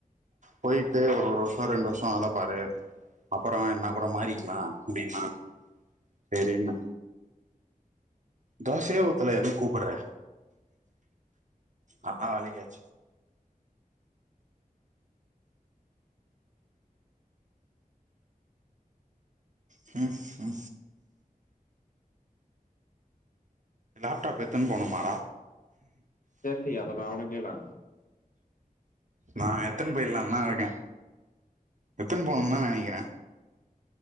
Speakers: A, on the right; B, on the left.
A: போயிட்டு ஒரு ஒர்வருஷ ரெண்டு வருஷ ஆலப்பாரு அப்பற என்ன கூடா மாறிக்கலா அப்டின்னா வேறென்ன... தோசையே ஊத்தளே எதுக்கு கூப்டாரே அதா வேலக்கு ஆச்சு ஹ்ஹ லேப்டாப் எத்துன்னு போனுமாடா
B: தெர்லியா வெ வெ அவன கேலே
A: நா எத்தின் போயிட்லா தா இருக்கே எத்துன் போணுன் தா நெனைக்கிறே